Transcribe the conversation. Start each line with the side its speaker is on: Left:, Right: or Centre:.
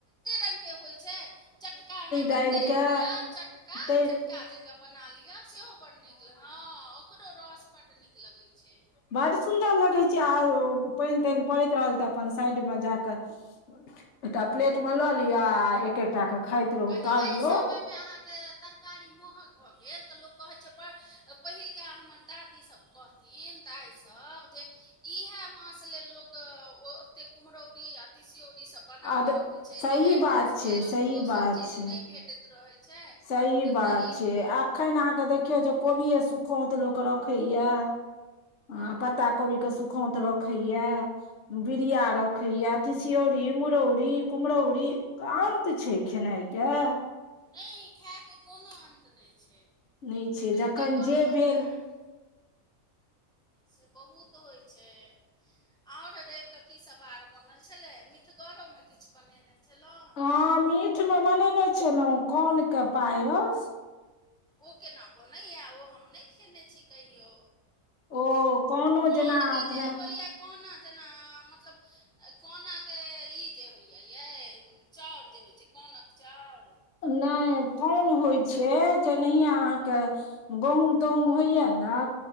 Centre: रंग के होइ छै, चटका एना के
Left: दालिके
Centre: तर दिय चटका
Left: तै
Centre: चका। का जकाँ बना लिअ, सेहो बड्ड नीक हँ, ओकरो रस बड्ड नीक लगै छै।
Left: बड़ सुन्दर लगै छै, आ पानि- तानि पड़ैत रहल तऽ अपन साइड मे जा कऽ एकटा प्लेट में लऽ लिअ, आ एक एकटा के खाइत रहू
Centre: कनि
Left: तरलो
Centre: एहि समयमे अहाँके तरकारी महग भऽ गेल, तऽ लोक कहै छै, पहिलका हमर दादी सब कहथि थिन दइ सभ, जे इएह मास लेल लोक ओतेक कुम्हरौरी आओ तिसौरी सभ बनाकऽ
Left: आ
Centre: रखै छै,
Left: सही
Centre: जे एहि
Left: बात
Centre: मासमे
Left: छै
Centre: लोक
Left: सही
Centre: ओसभ
Left: बात छै
Centre: के देत रहै छै।
Left: सही
Centre: तऽ
Left: बात
Centre: ताहि
Left: छै,
Centre: दुआरे
Left: एखन अहाँके देखियौ जे, कोबिए सुखौ तऽ लोक रख रखैया, आ पत्ता कोबी के सुखौत रखैया। बीरिया रखैए, तसियौरी, मुरौरी, कुम्हरौरी। अन्त छै खेनाइ के।
Centre: नहि खायके कोनो अन्त नहि छै।
Left: नहि छै,
Centre: तै
Left: जखन
Centre: तऽ कहलहुँ
Left: जे भेल।
Centre: हेँ से बहुत होइ छै। और रवि के की सब आर बनल छले मिठगरो में किछु बनेने छलहु?
Left: हँ, मीटमे बनेने छलहुँ, कोनके पायस।
Centre: ओ केना बनैएा ओ हम नहि खेने छी कहियो?
Left: ओ कोनो
Centre: कोनके
Left: जेना अपने
Centre: जे होइए कोना जेना मतलब कोनाके ई जे होइय चाउर। जे होइ छै, कोनक चाउर।
Left: नहि, कोन होइ छै, जेनाहिये अहाँके गँहुम -तहुम होइया ने।